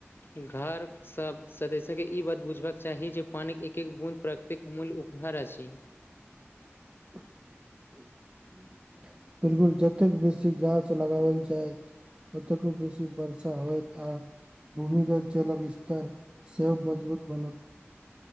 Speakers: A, on the left; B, on the right.
A: घर सब सदस्य के ई बात बुझबाक चाही जे पानिक एक एक गुण प्रकृतिक अमूल्य उपहार अछि।
B: <inaudible> बिलकुल जतेक बेसी गाछ लगायल जयत ओतेक बेसी बर्षा होयत आब भूमिगत जलक स्तर सब मजबूत बनत